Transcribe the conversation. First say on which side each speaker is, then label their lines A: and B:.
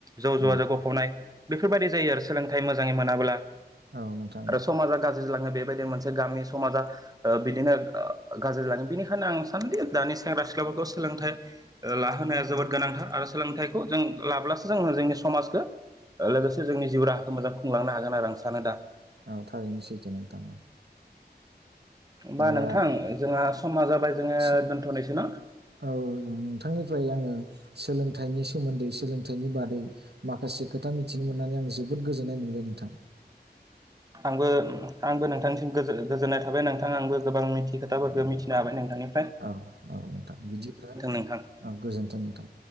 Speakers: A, on the right; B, on the right.
A: जौ
B: औ
A: जुवाजों गफबनाय बेफोरबायदि जायो आरो सोलोंथाइ मोजाङै मोनाब्ला।
B: औ नोंथां
A: आरो
B: औ
A: <unintelligible> बेबायदिनो मोनसे गामि समाजा बिदिनो गाज्रि जाङो बेनिखायनो आं सानोदि दानि सेंग्रा सिख्लाफोरखौ सोलोंथाइ लाहोनाया जोबोद गोनांथार आरो सोलोंथाइखौ जों लाब्लासो जोङो जोंनि समाज जों लोगोसे जोंनि जिउ राहाखौ मोजां खुंलांनो हागोन। आरो आं सानो दा
B: औ औ थारैनो सैथो नोंथां
A: होमबा
B: दा
A: नोंथां जोंहा समा जाबाय जोङो
B: सम
A: दोनथ'नोसै ना।
B: औ नोंथांनिफ्राय आङो सोलों थाइनि सोमोन्दै सोलोंथाइनि बादै माखासे खोथा मिथिनो मोननानै आं जोबोद गो जोननाय मोनबाय नोंथां
A: आंबो आंबो नोंथांनिसिम गोजोननाय थाबाय नोंथां आंबो गोबां मिथियि खोथाफोरखौ मिथिनो हाबाय नोंथांनि
B: औ औ नोंथां बिदिब्ला
A: नोंथां
B: औ गोजोन्थों नोंथां